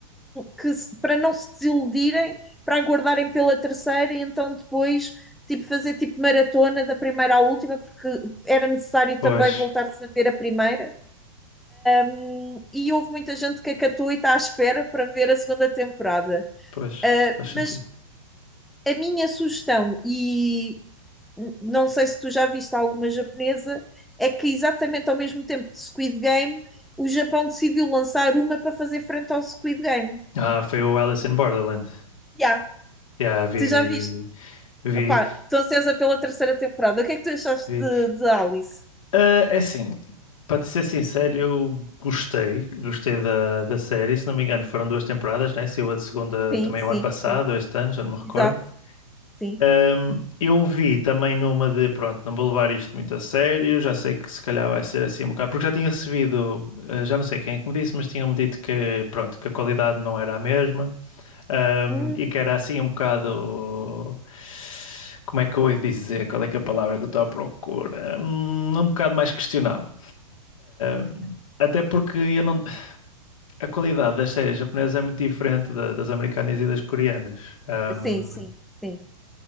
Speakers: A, in the centre; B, on the left.
A: que se, para não se desiludirem, para aguardarem pela terceira e então depois tipo fazer tipo maratona da primeira à última, porque era necessário
B: Pois,
A: também voltar-se a ver a primeira. Hum, e houve muita gente que acatou e está à espera para ver a segunda temporada.
B: pois,
A: Uh,
B: faz sentido.
A: mas a minha sugestão, e n- não sei se tu já viste alguma japonesa, é que exatamente ao mesmo tempo de Squid Game, o Japão decidiu lançar uma para fazer frente ao Squid Game.
B: Ah, foi o Alice in Borderland.
A: Já, yeah,
B: Yeah, vi,
A: tu já
B: vi,
A: viste?
B: vi, vi, vi,
A: Opá, estou ansiosa pela terceira temporada. O que é que tu achaste
B: vi.
A: de, de Alice?
B: Ah, é assim, para te ser sincero, eu gostei, gostei da, da série. Se não me engano, foram duas temporadas, né? Saiu a segunda
A: Sim,
B: também
A: sim,
B: o ano passado,
A: sim.
B: ou este ano, já não me recordo.
A: Exato, sim.
B: Ahm, eu vi também numa de, pronto, não vou levar isto muito a sério, já sei que se calhar vai ser assim um bocado, porque já tinha recebido, ah, já não sei quem é que me disse, mas tinham-me dito que, pronto, que a qualidade não era a mesma. Um,
A: Hum,
B: e que era assim um bocado. Como é que eu ia dizer? Qual é que é a palavra que eu estou à procura? Hum, Um, bocado mais questionável. Um, até porque eu não... a qualidade das séries japonesas é muito diferente da- das americanas e das coreanas.
A: sim,
B: Um,
A: sim, sim.